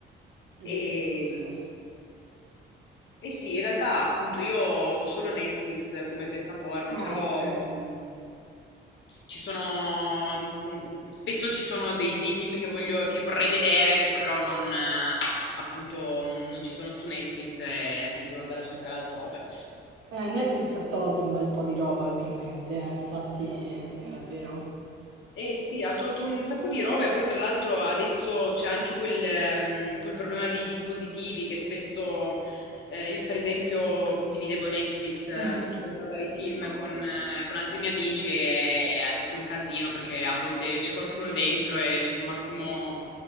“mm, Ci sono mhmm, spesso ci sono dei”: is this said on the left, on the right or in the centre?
Left